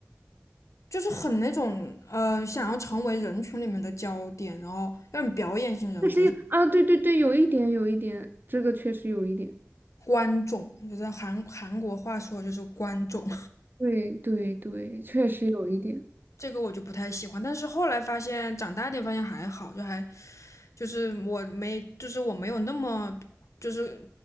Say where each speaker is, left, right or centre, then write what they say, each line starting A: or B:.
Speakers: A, on the left; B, on the right.
A: 就是很那种呃，想要成为人群里面的焦点，然后有点表演型人格，
B: 但是啊，对对对，有一点有一点，这个确实有一点。
A: 观众，就是韩韩国话说就是观众。
B: 对对对，确实有一点。
A: 这个我就不太喜欢。但是后来发现，长大点发现还好，就还就是我没就是我没有那么就是